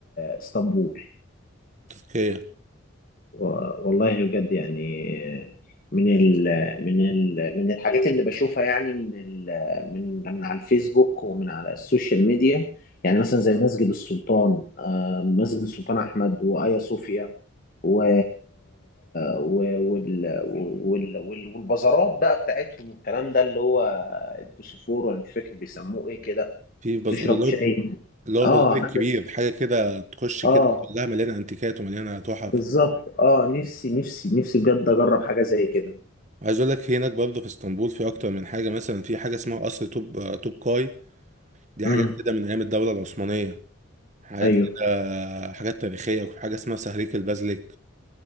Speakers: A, on the left; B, on the right.
A: اسطنبول
B: تركيا
A: و- والله بجد يعني من ال من ال من الحاجات اللي بشوفها يعني من ال من من على الفيسبوك ومن على السوشيال ميديا يعني مثلا زي مسجد السلطان آه، مسجد السلطان أحمد وآيا صوفيا و و- وال وال وال- والبازارات بقى بتاعتهم والكلام ده اللي هو البوسفور ولا مش فاكر بيسموه ايه كده
B: في بازار
A: تشرب شاي
B: اللي هو البازار
A: اه
B: الكبير
A: حاجة
B: حاجة كده تخش
A: اه
B: كده كلها مليانة انتيكات ومليانة تحف
A: بالظبط اه نفسي نفسي نفسي بجد اجرب حاجة زي كده
B: عايز اقول لك في هناك برضه في اسطنبول في اكتر من حاجة مثلا في حاجة اسمها قصر توب آه، توب كاي دي
A: امم
B: حاجات كده من ايام الدولة العثمانية حاجات
A: ايوه
B: كده حاجات تاريخية وفي حاجة اسمها سهريك البازليك